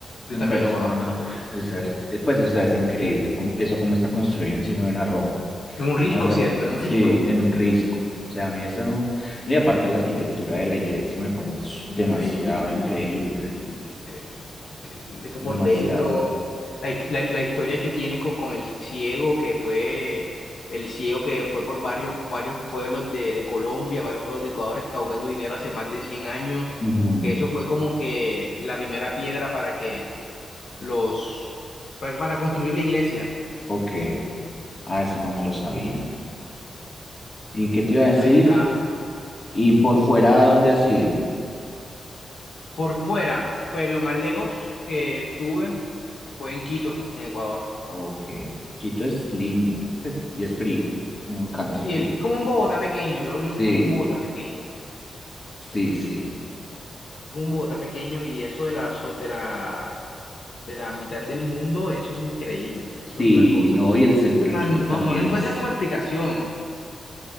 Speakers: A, on the left; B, on the left.
A: Yo
B: en
A: también
B: persona.
A: lo conozco. Uf.
B: es her- eh, pues, o sea, es increíble cómo- eso como está construido encima de una roja.
A: En un
B: Una
A: risco,
B: ro-
A: ¿cierto? En un
B: sí,
A: risco.
B: en un risco. O sea, a mí eso, y aparte la arquitectura de la iglesia me parece s-
A: Increíble,
B: demasiado increíble.
A: increíble, increíble, increíble. Eso por
B: Demasiado.
A: dentro, la, his- la- la historia que tiene con, con el ciego, que fue el ciego que fue por varios, varios pueblos de, de Colombia, varios pueblos de Ecuador, recaudando dinero hace más de 100 años,
B: Ujú,
A: que eso fue como que la primera piedra para que los, para, para construir la iglesia.
B: Ok. Ah, eso no me lo sabía. ¿Y qué te iba
A: Eso
B: a decir?
A: ahí está.
B: Y por fuera, ¿a dónde has ido?
A: Por fuera, pues lo más lejos que tuve fue en Quito, en Ecuador.
B: Ok, Quito es lindo, pues, y es frío. Me encanta
A: Sí,
B: el frío.
A: él- como un Bogotá pequeño, lo,
B: Sí,
A: lo vi como un Bogotá pequeño,
B: sí, sí.
A: y como un Bogotá pequeño y eso de la, zo- de la, de la mitad del mundo, eso es increíble, eso
B: Sí,
A: es una cosa
B: no,
A: que
B: y
A: o
B: el centro de
A: sea,
B: Quito
A: no,
B: también
A: no le encuentras
B: es,
A: como explicación,